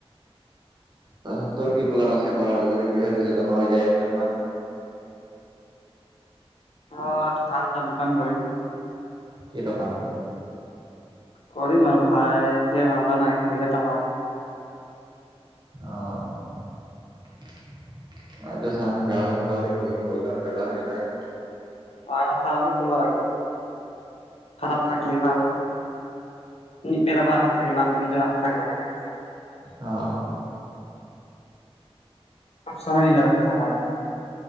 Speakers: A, on the right; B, on the left.
A: তাৰ পিছত তৰ কি প্লেন আছে কৰাৰ যদি পইচা থৈছে জমা হৈ যায় এক লাখ মান
B: অ আলদা দোকান কৰিম।
A: কি দোকান?
B: কৰিম আৰু ভাই এতিয়া ভাবা নাই পইচাটা হওক।
A: অ মইতো চাং গাহৰি চাহৰি পুহিম ব্ৰইলাৰ থ্ৰইলাৰ হেই‌গিলাই
B: ম চ <unintelligible> খুলবা লাগব আৰাম থাকলি ভাল। বেলেগৰ হাত থাকি লাভ নাই নিজৰ হাত থাকিব লাগে
A: অহ
B: চব চময় নিজৰ হাতত থাকিবা লাগে